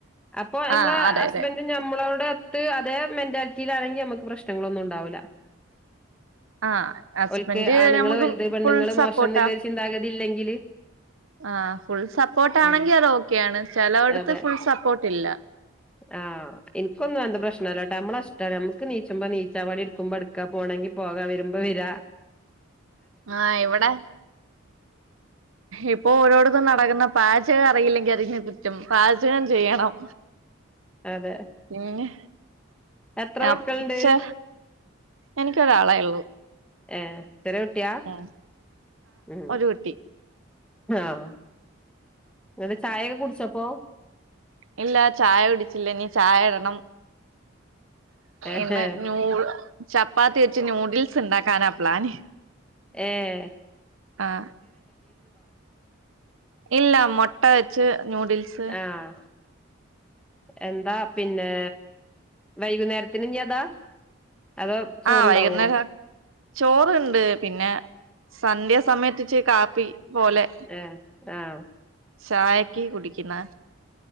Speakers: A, in the centre; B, on the right (about 80°).
A: അപ്പൊ ഞമ്മളെ
B: ആഹ് അതെ
A: ഹസ്ബെന്റിന്
B: അതെ
A: ഞമ്മളോട് അത് അതേ മെന്റാലിറ്റിയിലാണെങ്കി ഞമ്മ്ക്ക് പ്രശ്നങ്ങളൊന്നും ഒണ്ടാവൂല
B: ആഹ് ഹസ്ബൻഡ്
A: ഓൽക്ക് ആണുങ്ങള്
B: നമുക്ക്
A: വലുത് പെണ്ണുങ്ങള്
B: ഫുൾ സപ്പോർട്ടാ
A: മോശം എന്നിള്ളൊരു ചിന്താഗതി ഇല്ലെങ്കില്
B: ആഹ് ഫുൾ സപ്പോട്ട് ആണെങ്കി
A: ഉം
B: അത് ഓക്കെയാണ് ചെലോടുത്ത്
A: അതെ
B: ഫുൾ സപ്പോട്ട് ഇല്ല
A: ആഹ് എനിക്കൊന്നും അന്ത പ്രശ്ന ഇല്ലാട്ടാ നമ്മളഷ്ട നമ്മുക്ക് നീച്ച്പോ നീച്ചാമതി ട്ക്കുമ്പോ എട്ക്ക പോണെങ്കി പോകാ വെരുമ്പോ വെരാ
B: ആഹ് ഇവടെ ഇപ്പൊ ഓരോടത്തും നടക്കന്ന പാജക അറിയില്ലെങ്കി അതിന് റ്റും പാചകം ചെയ്യണം
A: അതെ
B: പിന്നെ
A: എത്ര
B: ആഹ്
A: മക്കളുണ്ട്
B: ച്ചേ എനിക്കൊരാളേ ഇള്ളൂ
A: ഏയ് ചെറികുട്ടിയ
B: ആഹ്
A: ഉം
B: ഒരു കുട്ടി
A: ആഹ് നിങ്ങള് ചായക്കെ കുടിച്ചപ്പോ?
B: ഇല്ല ചായ കുടിച്ചില്ല ഇനി ചായ ഇടണം
A: ഏഹ്
B: ഇന്ന് ചപ്പാത്തി വെച്ച് നൂഡിൽസ് ഉണ്ടാക്കാനാ പ്ലാന്.
A: ഏ...
B: ആ്, ഇല്ല മുട്ട വെച്ച് ന്യൂഡിൽസ്.
A: ആഹ. എന്താ പിന്നെ? വൈകുന്നേരത്തിന് ഇനി അതാ? അതോ ചോറുണ്ടാവോ
B: ആഹ്, വൈകുന്നേരം. ചോറുണ്ട്, പിന്നെ സന്ധ്യ സമയത്ത്ച്ച് കാപ്പി പോലെ...
A: എ ആഹ.
B: ചായക്ക് കുടിക്കണ?